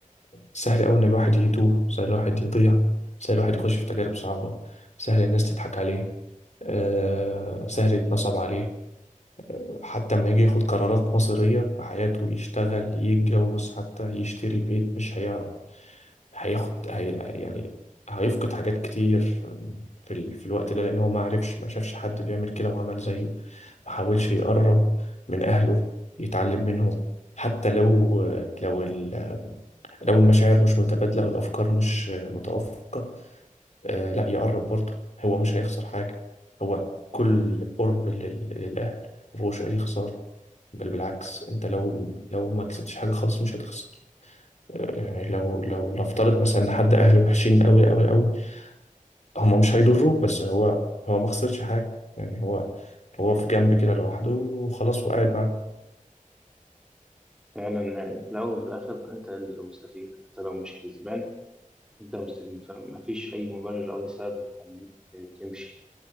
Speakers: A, on the left; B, in the centre.
A: سهل أوي إن الواحد يتوه سهل الواحد يضيع سهل الواحد يخش في تجارب صعبة سهل الناس تضحك عليه آه، سهل يتنصب عليه حتى لما يجي ياخد قرارات مصيرية في حياته يشتغل يتجوز حتى يشتري بيت مش هيعرف هياخد هي يعني هيفقد حاجات كتير في, ال... في الوقت ده لأن هو ما عرفش ما شافش حد بيعمل كده وعمل زيه ما حاولش يقرب من أهله يتعلم منهم حتى لو لو ال... لو المشاعر مش متبادلة والأفكار مش متوافقة آه لا يقرب برضه هو مش هيخسر حاجة هو كل قرب لل... للأهل مفهوش أي خسارة بل بالعكس أنت لو لو ما كسبتش حاجة خالص مش هتخسر يعني لو لو نفترض مثلا ان حد اهله وحشين قوي قوي قوي هم مش هيضروك بس هو هو ما خسرش حاجه يعني هو هو في جنب كده لوحده وخلاص وقاعد معاك
B: فعلا يعني في الأول وفي الآخر أنت المستفيد حتى لو مش كسبان أنت مستفيد فمفيش أي مبرر أو أي سبب يخليك تمشي